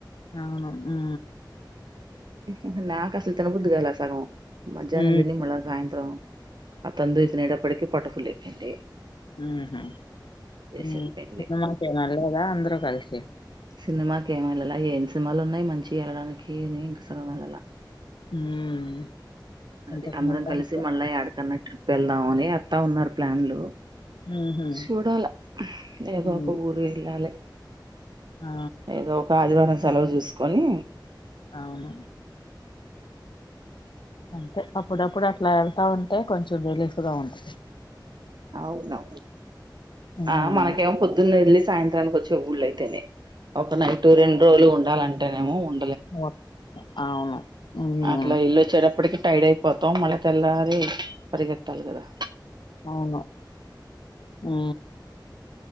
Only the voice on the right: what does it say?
ఉహు నాకసలు తిన బుద్దుగాల సగము మధ్యానం
దిని మళ్ళ సాయంత్రం ఆ తందురి తినేటప్పటికీ పొట్ట ఫుల్ అయిపెంది
సరిపోయింది
సినిమాకి ఏమి వెళ్ళాల ఏం సినిమాలు ఉన్నాయ్ మంచివి వెళ్ళడానికి అని సెళ్వళ్ళలా
అది అందరం
కలిసి
మళ్ళా ఆడకన్న ట్రిప్ వెళ్దామని అత్తా ఉన్నారు ప్లాన్లు
చూడాల ఏదో
ఒక ఊరు ఎళ్ళాలే
ఏదో ఒక ఆదివారం సెలవు జూసుకొని
అవును
ఆ మనకేమో పొద్దున్నే వెళ్లిసి సాయంత్రానికి వచ్చే ఊళ్ళయితేనే ఒక నైట్ రెండు రోజులు ఉండాలంటేనేమో ఉం
అట్లా ఎల్లి వచ్చేడప్పటికి టైడ్ అయిపోతాం మళ్ళీ తెల్లారి పరిగెత్తాలి గదా